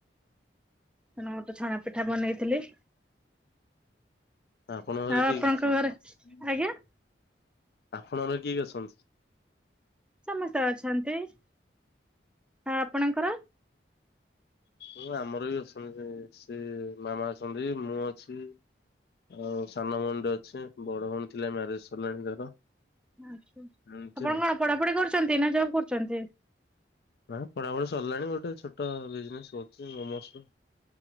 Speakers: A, in the centre; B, on the left.
A: ତେଣୁ ମୁଁ ତ ଛଣା ପିଠା ବନେଇଥିଲି।
B: ତ ଆପଣଙ୍କ ଘରେ
A: ଆଉ
B: କିଏ
A: ଆପଣଙ୍କ
B: କିଏ ଅଛନ୍ତି
A: ଘରେ
B: ହୁଁ
A: ଆଜ୍ଞା
B: ତ ଆପଣଙ୍କ ଘରେ କିଏ କିଏ ଅଛନ୍ତି?
A: ସମସ୍ତେ ଅଛନ୍ତି ଆଉ ଆପଣଙ୍କର।
B: ହଁ ଆମର ବି ଅଛନ୍ତି ସେ ମାମା ଅଛନ୍ତି ମୁଁ ଅଛି। ଆଉ ସାନ ଭୋଉଣୀଟେ ଅଛି ବଡ ଭୋଉଣୀ ଥିଲେ ମ୍ୟାରେଜ ସରିଲାଣି ତାର।
A: ଆଛା
B: ଏମିତି
A: ଆପଣ
B: ଆଉ
A: କଣ ପଢାପଢି କରୁଚନ୍ତି ନା ଜବ୍ କରୁଚନ୍ତି।
B: ହଁ ପଢାପଢି ସରିଲାଣି ଗୋଟେ ଛୋଟ ବିଜନେସ୍ କରୁଚି ମୋମୋସର।